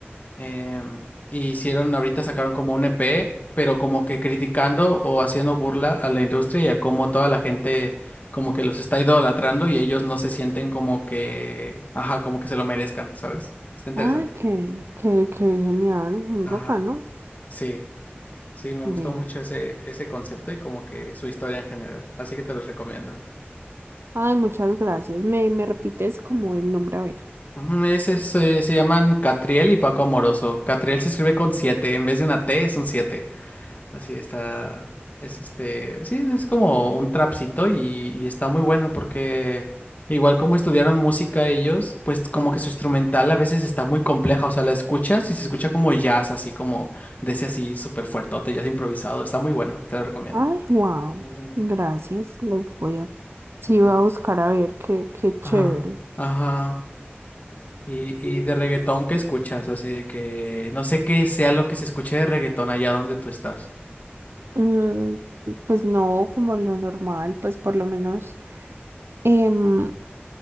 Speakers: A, on the left (about 40°); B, on the right (about 75°).
A: Em, hicieron, ahorita sacaron como un EP, pero como que criticando o haciendo burla a la industria y a cómo toda la gente como que los está idolatrando y ellos no se sienten como que, ajá, como que se lo merezcan, ¿sabes? Está interesante.
B: Ay, qué, qué, qué genial, muy
A: Ajá,
B: bacano.
A: sí, sí, me
B: Vea.
A: gustó mucho ese, ese concepto y como que su historia en general, así que te los recomiendo.
B: Ay, muchas gracias. Me, me repites como el nombre, a ver.
A: Ujú, Ese es, eh, se llaman Catriel y Paco Amoroso. Catriel se escribe con siete, en vez de una T es un siete Así está. Es este. Sí, es como un trapcito y, y está muy bueno porque igual como estudiaron música ellos, pues como que su instrumental a veces está muy compleja. O sea, la escuchas y se escucha como jazz, así como de ese así súper fuertote, jazz improvisado. Está muy bueno, te lo recomiendo.
B: Ay, wow.
A: Ujú,
B: Gracias. Los voy a. Sí,
A: ujú.
B: voy a buscar a ver qué, qué chévere.
A: Ajá, ajá. Y, y de Sí. reggaetón, ¿qué escuchas? Así de que no sé qué sea lo que se escuche de reggaetón allá donde tú estás.
B: Mm, pues no, como lo normal, pues por lo menos em,